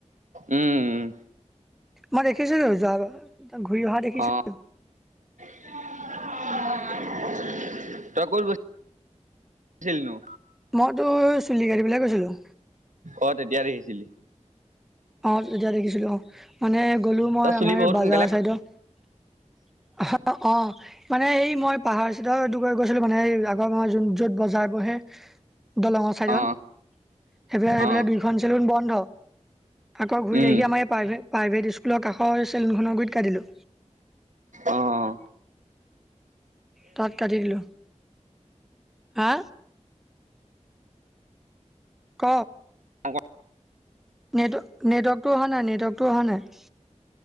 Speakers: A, on the right; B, in the centre.
A: উম-উম
B: মই দেখিছিলোঁ যোৱাতো, ঘূৰি অহাও দেখিছিলোঁ।
A: অ <unintelligible> তই ক'ত গৈ-গৈছিলি নো?
B: মইতো চুলি কাটিবলে গৈছিলোঁ।
A: অ তেতিয়া দেখিছিলি।
B: অ তেতিয়া দেখিছিলো অ মানে গ'লো মই
A: তই চুলি
B: আমাৰ
A: বহুত
B: বাজাৰ
A: সোনকালে
B: চাইদত। অহ অ মানে এই মই পাহাৰ চিতৰটো গৈছিলো মানে এ। ম যোন য'ত বজাৰ বহে। দলঙৰ ছাইডত
A: অ
B: সেইফালে সেইফালে
A: অ
B: দুইখন চেলুন বন্ধ। আকৌ ঘূৰি
A: উম
B: আহি আমাৰ প্ৰা প্ৰাইভেট স্কুলৰ কাষৰ চেলুনখনৰ গুৰিত কাটিলো।
A: অহ।
B: তাত কাটি দিলো হা। ক।
A: অংক।
B: নেট নেটৱৰ্কটো অহা নাই নেটৱৰ্কটো অহা নাই।